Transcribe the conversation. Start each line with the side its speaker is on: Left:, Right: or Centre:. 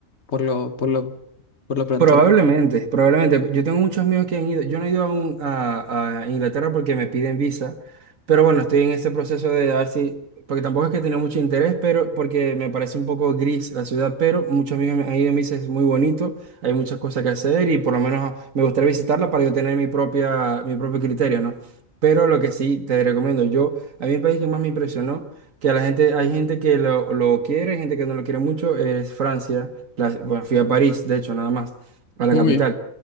Left: por lo, por lo, por lo pronto.
Right: Probablemente, probablemente. Yo tengo muchos amigos que han ido. Yo no he ido aún a, a Inglaterra porque me piden visa, pero bueno, estoy en este proceso de a ver si, porque tampoco es que tenga mucho interés, pero porque me parece un poco gris la ciudad, pero muchos amigos me han ido y me dicen es muy bonito, hay muchas cosas que hacer y por lo menos me gustaría visitarla para yo tener mi propia, mi propio criterio, ¿no? Pero lo que sí te recomiendo, yo, a mí el país que más me impresionó, que a la gente, hay gente que lo, lo quiere, hay gente que no lo quiere mucho, es Francia. La- bueno, fui a París, de hecho, nada más a la
Left: Muy
Right: capital.
Left: bien.